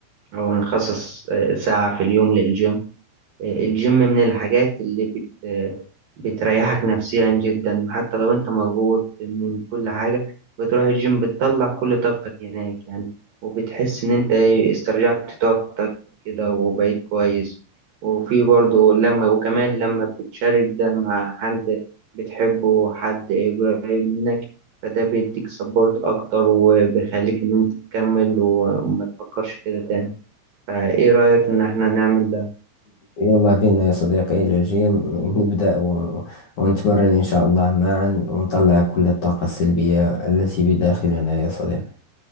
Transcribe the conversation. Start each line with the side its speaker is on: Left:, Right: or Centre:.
Right: أو نخصص آه، ساعة في اليوم للجيم آه، الجيم من الحاجات اللي بت آه، بتريحك نفسيا جدا حتى لو أنت مضغوط من كل حاجة بتروح الجيم بتطلع كل طاقتك هناك يعني وبتحس إن أنت إيه، استرجعت طاقتك كده وبقيت كويس وفي برضه لما وكمان لما بتشارك ده مع حد بتحبه حد قريب منك فده بيديك سبورت أكتر وبيخليك إن أنت تكمل وما تفكرش كده تاني. فايه رأيك ان احنا نعمل ده
Left: يلا بينا يا صديقي إلى الجيم نبدأ و- ونتمرن إن شاء الله معا ونطلع كل الطاقة السلبية التي بداخلنا يا صديقي